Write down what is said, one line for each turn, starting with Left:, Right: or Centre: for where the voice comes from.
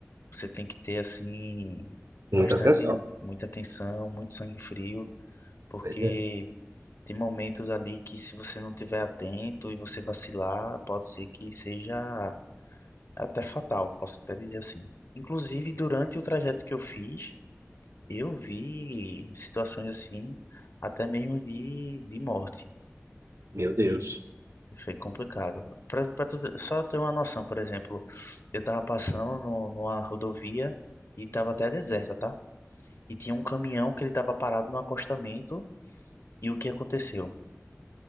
Left: Você tem que ter assim
Right: Muita
Left: bastante
Right: atenção.
Left: muita atenção, muito sangue frio, porque
Right: Pois é.
Left: Tem momentos ali que se você não tiver atento e você vacilar, pode ser que seja até fatal, posso até dizer assim. Inclusive, durante o trajeto que eu fiz, eu vi situações assim, até mesmo de, de morte.
Right: Meu Deus.
Left: E foi complicado. Pra, pra tu, só ter uma noção, por exemplo, eu tava passando no, numa rodovia e tava até deserta, tá? E tinha um caminhão que ele tava parado no acostamento e o que aconteceu?